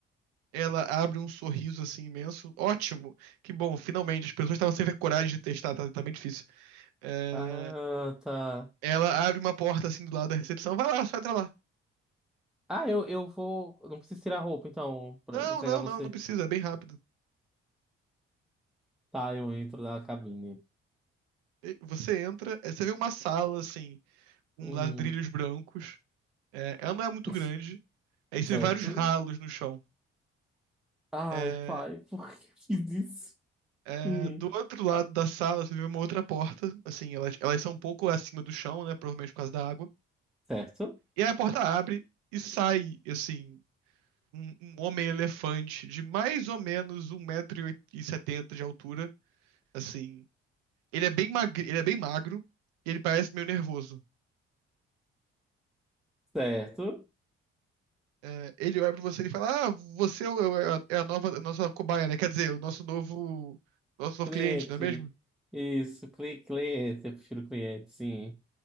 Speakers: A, on the right; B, in the centre.
A: Ela abre um sorriso assim imenso. Ótimo! Que bom, finalmente. As pessoas estavam sem ver coragem de testar, tá, tá bem difícil. É,
B: Ah, tá.
A: Ela abre uma porta assim do lado da recepção. Vai lá, só entra lá.
B: Ah, eu, eu vou. eu Não preciso tirar a roupa, então, pra
A: Não,
B: entregar
A: não,
B: você.
A: não, não precisa, é bem rápido.
B: Tá, eu entro da cabine.
A: E Você entra, aí você vê uma sala assim, com
B: Uhum.
A: ladrilhos brancos. É, ela não é muito
B: <laughs>
A: grande. Aí você
B: Certo?
A: vê vários ralos no chão.
B: Ai,
A: É,
B: pai, <laughs> por que eu fiz isso?
A: é,
B: Hum.
A: do outro lado da sala você vê uma outra porta. Assim, elas, elas são um pouco acima do chão, né? Provavelmente por causa da água.
B: Certo?
A: E aí a porta abre e sai, assim, um, um homem elefante de mais ou menos um metro e setenta de altura. Assim, Ele é bem magre, ele é bem magro, ele parece meio nervoso.
B: Certo?
A: É, ele olha pra você e fala: Ah, você é o- é a é a nova, a nossa cobaia, né? Quer dizer, o nosso novo, nosso novo
B: Cliente.
A: cliente, não é mesmo?
B: Isso, cli cliente. Eu prefiro cliente, sim.